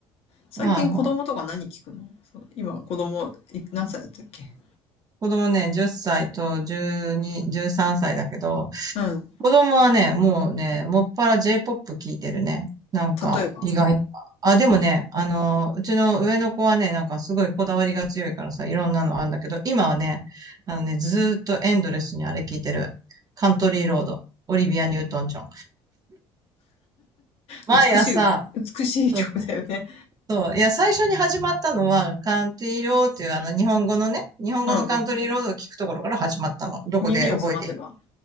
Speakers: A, on the left; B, on the right.
A: 最近子供とか何聞くのそう今子供い何歳だったっけ
B: まあ、子供ね、10歳と12、13歳だけど、
A: うん。
B: 子供はね、もうね、もっぱら J-POP 聞いてるね。なんか、
A: 例えば、
B: 意外と。あ、でもね、あの、うちの上の子はね、なんかすごいこだわりが強いからさ、いろんなのあるんだけど、今はね、あのね、ずーっとエンドレスにあれ聞いてる。カントリーロード、オリビア・ニュートン・ジョン。毎朝、
A: 美しい歌、美しい曲だよね。
B: そうそう、いや、最初に始まったのは、カントリーロードっていうあの日本語のね、日本語のカントリーロードを聞くところから始まったの。
A: うんうん。
B: どこで覚えて
A: 耳を澄ませば。